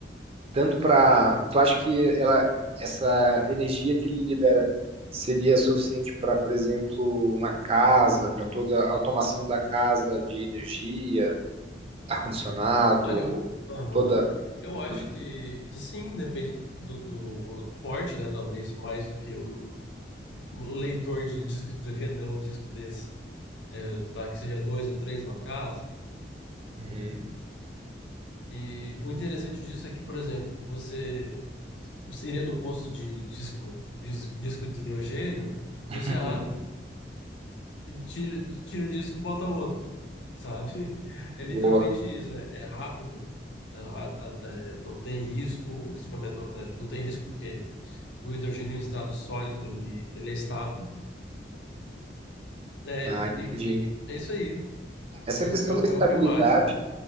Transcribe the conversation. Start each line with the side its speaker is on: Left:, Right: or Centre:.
Right: tanto para. Tu acha que ela, essa energia que ele libera seria suficiente para, por exemplo, uma casa, para toda a automação da casa de energia, ar-condicionado,
Left: Olha, eu, aham.
Right: toda.
Left: Eu acho
Right: toda...
Left: que, que sim, depende do, do, do porte, né? Talvez mais do que um um leitor de disco de hidrogênio, não um disco desse. É, tá, que seja dois ou três no casa.
Right: Uhum.
Left: E o interessante disso é que, por exemplo, você, você iria no posto de disco, dis- disco de hidrogênio,
Right: <laughs>
Left: você abre e tira, tira o disco e bota outro, sabe? <laughs> É
Right: Boa.
Left: literalmente isso, é, é rápido, é, a- a- é, não tem risco, o risco é menor, é, não tem risco porque o hidrogênio em estado sólido, ele, ele é estável. É,
Right: Ah,
Left: e
Right: entendi.
Left: é isso aí,
Right: Essa
Left: eu,
Right: questão
Left: é, o
Right: da estabilidade,
Left: é o que eu acho.